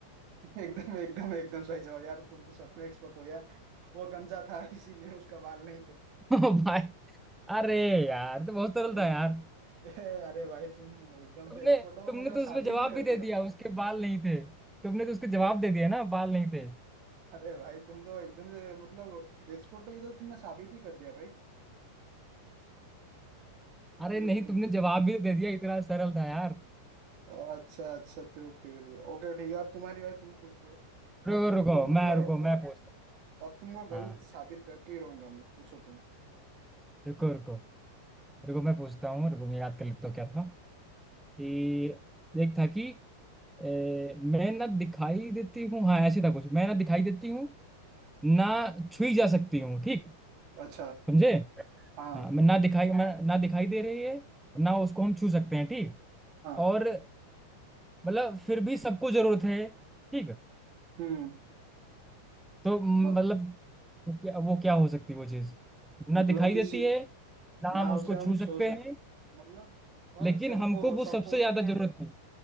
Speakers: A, on the right; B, in the centre.
A: एकदम एकदम एकदम सही जवाब यार तुम तो सच में एक्सपर्ट हो यार वो गंजा था इसीलिए उसका बाल नहीं थे
B: <laughs> ओ भाई अरे यार तो बहुत
A: <laughs>
B: सरल
A: ए-
B: था यार
A: ए- अरे भाई तुम एकदम
B: तुमने
A: से एक्सपर्ट हो
B: तुमने
A: मतलब
B: तो उसमें
A: साबित
B: जवाब
A: ही
B: भी
A: कर
B: दे
A: दिया
B: दिया उसके बाल नहीं थे तुमने तो उसके जवाब दे दिया ना बाल नहीं थे
A: अरे भाई तुम तो एकदम से मतलब एक्सपोर्ट तो ये तो तुमने साबित ही कर दिया भाई
B: अरे
A: बिल्कुल
B: नहीं तुमने जवाब भी दे दिया इतना सरल था यार
A: अच्छा अच्छा तो फिर ओके ठीक है अब तुम्हारी बारी तुम पूछ लो अब
B: रुको
A: तुमको
B: रुको
A: मतलब
B: मैं रुको
A: ग-
B: मैं पूछता
A: अब तुमको
B: हाँ
A: गलत साबित करके ही रहूंगा मैं पूछो तुम
B: रुको रुको रुको मैं पूछता हूँ रुको मैं याद कर लेता हूँ क्या था कि एक था कि ए, मैं ना दिखाई देती हूँ हाँ ऐसे था कुछ मैं ना दिखाई देती हूँ ना छुई जा सकती हूँ ठीक
A: अच्छा
B: समझे
A: हाँ
B: हाँ मैं ना दिखाई मैं ना दिखाई दे रही है ना उसको हम छू सकते हैं ठीक
A: हाँ
B: और मतलब फिर भी सबको जरूरत है ठीक
A: हम्म
B: तो म,
A: मत,
B: मतलब वो क्या वो क्या हो सकती है वो चीज ना
A: मतलब
B: दिखाई
A: किसी
B: देती है ना
A: नाव
B: हम उसको
A: से हम
B: छू सकते
A: सो सक
B: हैं
A: मतलब पर
B: लेकिन
A: सबको
B: हमको
A: सबको
B: वो सबसे
A: उसकी
B: ज्यादा जरूरत है